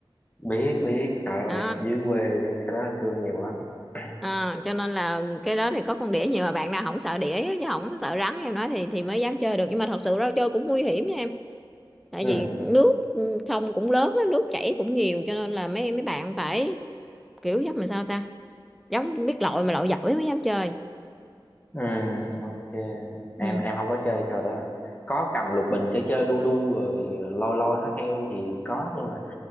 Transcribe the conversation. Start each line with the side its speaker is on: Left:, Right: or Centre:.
Left: biết biết trời ơi
Centre: à,
Left: dưới quê cái đó xưa nhiều lắm <clears throat>
Centre: à, cho nên là cái đó thì có con đĩa nhiều mà bạn nào không sợ đĩa chứ không sợ rắn em nói thì thì mới dám chơi được nhưng mà thật sự ra chơi cũng nguy hiểm nha em tại
Left: ừ
Centre: vì nước ừ, sông cũng lớn á, nước chảy cũng nhiều cho nên là mấy mấy bạn phải kiểu giống làm sao ta giống biết lội mà lội giỏi mới dám chơi
Left: ừ ok em
Centre: ừ.
Left: em không có chơi trò đó có cầm lục bình chơi chơi đu đu rồi lôi lôi nó theo thì có nhưng mà